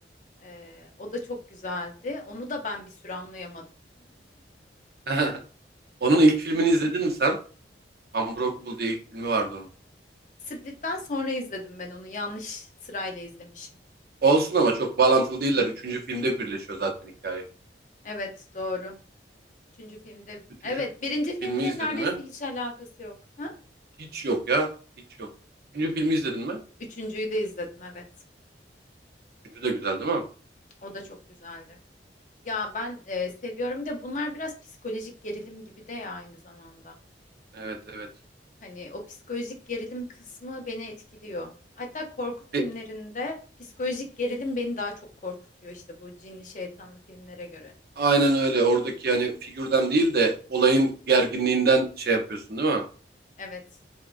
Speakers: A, on the left; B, on the right.
A: Ee, o da çok güzeldi. Onu da ben bir süre anlayamadım.
B: <laughs> Onun ilk filmini izledin mi sen? Unbreakable diye ilk filmi vardı onun.
A: Split'ten sonra izledim ben onu. Yanlış sırayla izlemişim.
B: Olsun ama çok bağlantılı değiller. Üçüncü filmde birleşiyor zaten hikaye.
A: Evet, doğru. Üçüncü filmde
B: Üçüncü
A: evet birinci filmle
B: filmi izledin
A: neredeyse
B: mi?
A: hiç alakası yok. Ha?
B: Hiç yok ya. Hiç yok. Üçüncü filmi izledin mi?
A: Üçüncüyü de izledim evet.
B: Üçüncü de güzel değil mi?
A: O da çok güzeldi. Ya ben e, seviyorum de bunlar biraz psikolojik gerilim gibi de ya aynı zamanda.
B: Evet evet.
A: Hani o psikolojik gerilim kısmı beni etkiliyor. Hatta korku filmlerinde
B: E,
A: psikolojik gerilim beni daha çok korkutuyor işte bu cinli şeytanlı filmlere göre.
B: aynen öyle. Oradaki yani figürden değil de olayın gerginliğinden şey yapıyorsun değil mi?
A: Evet.